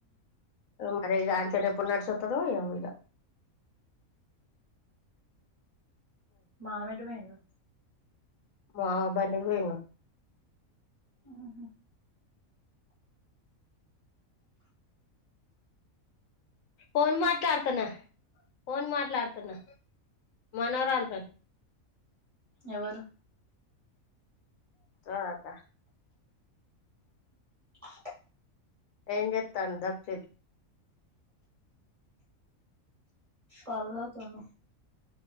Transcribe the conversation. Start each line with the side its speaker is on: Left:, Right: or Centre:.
Left: మరి వచ్చేటప్పుడు నడిసి వత్తరో ఏమో
Right: మామ మేటు పోయిండు
Left: మావా పనికి పోయిండు
Right: ఆహా
Left: ఫోన్ మాట్లాడుతున్నా ఫోన్ మాట్లాడుతున్నా మనవరాళ్లతోని
Right: ఎవరు
Left: ఆ అక్క
Right: ఆ
Left: ఏం చెత్తంది దక్షిత్
Right: పాలు తాగుతండు